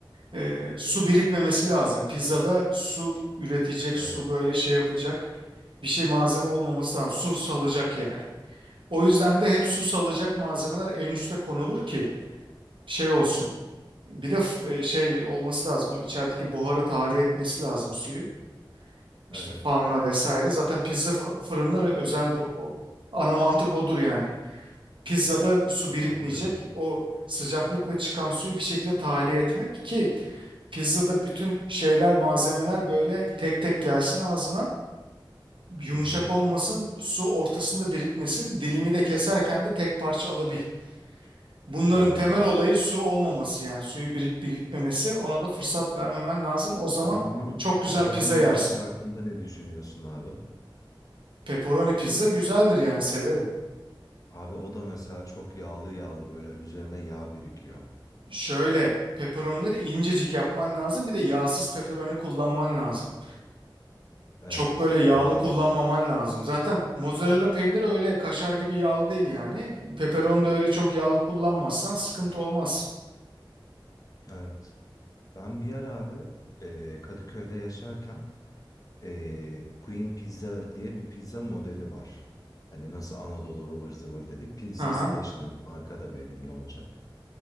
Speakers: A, on the right (about 70°); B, on the left (about 40°).
A: E, su birikmemesi lazım. Pizzada su üretecek,
B: Evet.
A: su böyle şey yapacak bir şey malzeme olmaması lazım. Su salacak yani. O yüzden de hep su salacak malzemeler en üste konulur ki şey olsun. Bir de f- e, şey olması lazım. O içerideki buharı tahliye etmesi lazım suyu. İşte
B: Evet.
A: fanla vesaire. Zaten pizza f- fırınları özeldir. O, o ana mantık odur yani. Pizzada su birikmeyecek.
B: Doğru dedim.
A: O sıcaklıkla çıkan suyu bir şekilde tahliye etmek ki Pizzada bütün şeyler, malzemeler böyle tek tek gelsin ağzına. Yumuşak
B: Hı hı.
A: olmasın, su ortasında birikmesin. Dilimi de keserken de tek parça alabil. Bunların
B: Doğru
A: temel
B: dedim.
A: olayı su olmaması yani suyu birik birikmemesi. Ona da fırsat vermemen lazım. O zaman
B: O zaman
A: çok güzel
B: pepperoni
A: pizza yersin.
B: pizza hakkında ne düşünüyorsun abi?
A: Pepperoni pizza güzeldir yani severim.
B: Abi o da mesela çok yağlı yağlı böyle üzerine yağ birikiyor.
A: Şöyle pepperonileri incecik yapman lazım. Bir de yağsız pepperoni kullanman lazım.
B: Evet,
A: Çok böyle yağlı
B: doğru
A: kullanmaman
B: dedim.
A: lazım. Zaten mozzarella peyniri öyle kaşar gibi yağlı değil yani. Pepperoni de öyle çok yağlı kullanmazsan sıkıntı olmaz.
B: Evet. Ben bir yer abi eee, Kadıköy'de yaşarken Ee, Queen Pizza diye bir pizza modeli var. Hani nasıl Anadolu ıvır zıvır dedik. Pizza
A: Aha,
B: Station hadi marka da vereyim ne olacak.